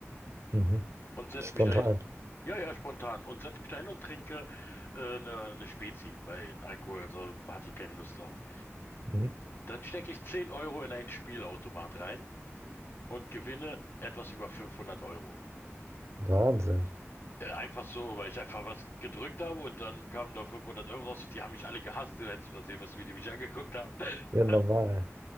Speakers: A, on the right; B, on the left.
A: Mhm.
B: und setz
A: Spontan.
B: mich dahin. Ja, ja, spontan. Und setz mich dahin und trinke äh, eine, eine Spezi, weil Alkohol, also hatte ich keine Lust drauf.
A: Mhm.
B: Dann stecke ich 10 Euro in einen Spielautomat rein und gewinne etwas über 500 Euro.
A: Wahnsinn.
B: Äh, Einfach so, weil ich einfach was gedrückt habe und dann kamen da 500 Euro raus und die haben mich alle gehasst. Du hättest mal sehen müssen, wie die mich angeguckt haben.
A: Ja, normal.
B: <laughs>